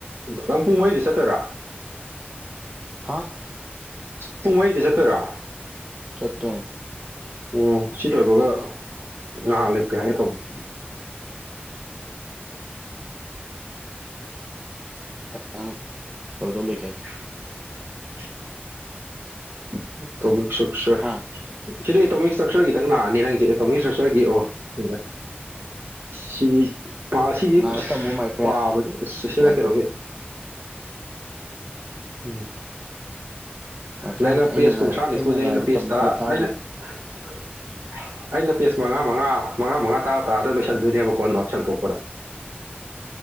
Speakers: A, on the right; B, on the right.
A: ꯅꯪ ꯄꯨꯡ ꯃꯔꯤꯗ ꯆꯠꯇ‌ꯣꯏꯔꯥ
B: ꯍꯥ
A: ꯄꯨꯡ ꯃꯔꯤꯗ ꯆꯠꯇꯣꯏꯔꯥ
B: ꯆꯠꯇ‌ꯣꯏꯟ
A: ꯑꯣ ꯁꯤ ꯂ‌ꯣꯏꯕꯒ ꯉꯥꯏꯍꯥꯛ ꯂꯦꯞꯀꯦ ꯍꯥꯏꯒꯦ ꯇꯧꯕꯅꯤ
B: ꯅ <inaudible> ꯀꯗꯗꯧ ꯂꯩꯒꯦ ꯍꯥꯏꯁꯦ
A: <unintelligible> ꯑꯦꯇꯣꯃꯤꯛ ꯏꯁꯇ꯭ꯔꯛꯆꯔ
B: ꯍꯥ
A: ꯁꯤꯗ ꯑꯦꯇꯣꯃꯤꯛ ꯏꯁꯇ꯭ꯔꯛꯆꯔꯒꯤꯗꯪ ꯂꯥꯛꯑꯅꯤ ꯅꯪꯁꯦ ꯑꯦꯇꯣꯃꯤꯛ ꯏꯁꯇ꯭ꯔꯛꯆꯔꯒꯤ ꯑꯣ <unintelligible> ꯁꯤ ꯁꯤꯗꯤ
B: ꯉꯥꯏ
A: ꯑꯁ
B: ꯇꯝꯃꯨ ꯃꯥꯏ ꯐ꯭ꯔꯦꯟ
A: ꯄꯥꯕꯁ‌ꯦ ꯁꯤꯅ
B: ꯉꯥꯏ
A: ꯀꯩꯅꯣꯒꯤ
B: ꯇꯝꯃꯨ
A: ꯎꯝ
B: ꯃꯥꯏ ꯐ꯭ꯔꯦꯟ
A: ꯅꯪꯅ
B: ꯑꯩꯅ
A: ꯄꯦꯖ
B: ꯉꯥꯏꯕ
A: ꯀꯨꯟꯊ꯭ꯔꯥ ꯅꯤꯐꯨꯖ‌ꯦ ꯑꯩꯅ
B: ꯉꯥꯏꯕ
A: ꯄꯦꯖ
B: ꯇꯝꯃꯨ
A: ꯇꯔꯥ
B: ꯄꯨꯂꯞ ꯊꯥꯈꯤꯕꯅꯤ
A: ꯑꯩꯅ <unintelligible> ꯑꯩꯅ ꯄꯦꯖ ꯃꯉꯥ ꯃꯉꯥ ꯃꯉꯥ ꯃꯉꯥ ꯇꯔꯥ ꯇꯔꯥꯗ ꯂꯣꯏꯁꯤꯟꯗꯣꯏꯅꯦꯕꯀꯣ ꯅꯣꯠ ꯁ‌ꯦꯝꯗꯣꯛꯄꯗ